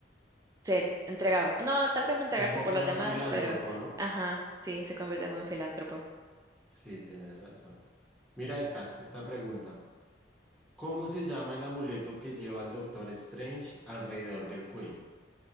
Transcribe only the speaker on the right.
se entregaba. No, tal vez no entregarse
por los
demás,
pero
ajá, sí, se convirtió en un filántropo.